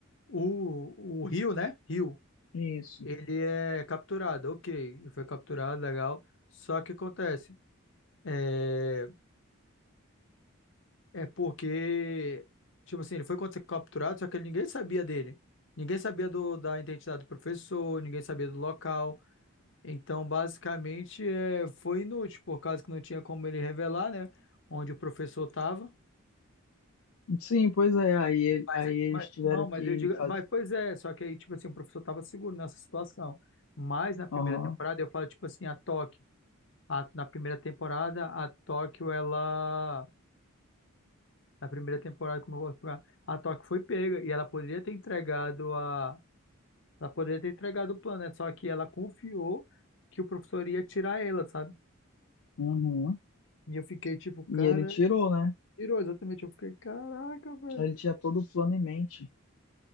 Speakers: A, on the left (about 60°); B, on the left (about 80°).
A: O, o Rio, né? Rio,
B: Isso.
A: ele é capturado, ok. Ele foi capturado, legal. Só que acontece? É, é porque, tipo assim, ele foi capturado, só que ninguém sabia dele. Ninguém sabia do, da identidade do professor, ninguém sabia do local. Então, basicamente, é, foi inútil, por causa que não tinha como ele revelar, né? Onde o professor estava.
B: Sim, pois é. Aí, ele-
A: Mas,
B: aí
A: eh,
B: eles
A: mas,
B: tiveram
A: não, mas
B: que
A: eu digo,
B: fazer.
A: vai, pois é, só que aí, tipo assim, o professor estava seguro nessa situação. Mas na primeira
B: Aham,
A: temporada, eu falo, tipo assim, a Tóquio. a- na primeira temporada, a Tóquio, ela. Na primeira temporada, como eu gosto de falar, a Tóquio foi pega e ela poderia ter entregado a. Ela poderia ter entregado o plano, né? Só que ela confiou que o professor ia tirar ela, sabe?
B: uhum.
A: E eu fiquei tipo, cara.
B: E ele tirou, né?
A: Tirou, exatamente. Eu fiquei, caraca, velho.
B: Ele tinha todo o plano em mente.